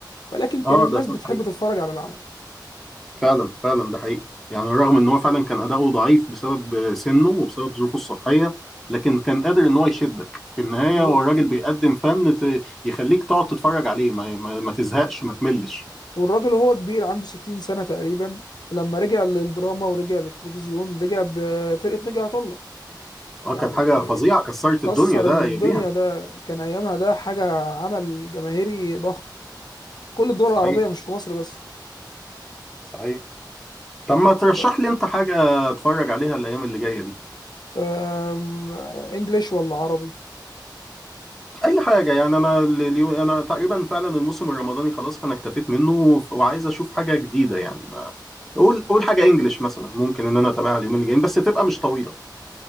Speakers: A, on the left (about 60°); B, in the centre.
A: ولكن كان
B: اه
A: الناس
B: ده كان
A: بتحب تتفرج على العمل
B: فعلا فعلا ده حقيقي يعني رغم ان هو فعلا كان اداؤه ضعيف بسبب سنه وبسبب ظروفه الصحيه لكن كان قادر ان هو يشدك في النهايه
A: بالظبط
B: هو الراجل بيقدم فن ت- يخليك تقعد تتفرج عليه ما, ما, ما تزهقش ما تملش
A: والراجل وهو كبير عنده 60 سنه تقريبا لما رجع للدراما ورجع للتلفزيون رجع بفرقه نجا عطا الله
B: اه
A: يعني
B: كانت حاجه فظيعه كسرت الدنيا
A: كسر
B: ده
A: الدنيا
B: اياميها
A: ده كان ايامها ده حاجه عمل جماهيري ضخم كل الدول
B: صحيح
A: العربيه مش في مصر بس
B: صحيح طب ما ترشح
A: ف
B: لي انت حاجه اتفرج عليها الايام اللي جايه دي
A: آه، انجليش ولا عربي
B: اي حاجه يعني انا ال- اليو- انا تقريبا فعلا الموسم الرمضاني خلاص انا اكتفيت منه وف- وعايز اشوف حاجه جديده يعني قول قول حاجه انجليش مثلا ممكن ان انا اتابعها اليومين الجايين بس تبقى مش طويله